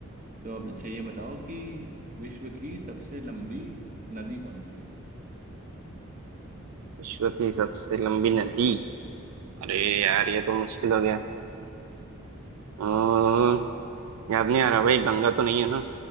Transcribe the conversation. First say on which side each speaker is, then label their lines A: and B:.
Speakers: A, on the right; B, on the right.
A: तो अब अच्छा ये बताओ कि विश्व की सबसे लंबी नदी कौन सी है
B: विश्व की सबसे लंबी नदी अरे यार ये तो मुश्किल हो गया अम्म, याद नहीं आ रहा भाई गंगा तो नहीं है ना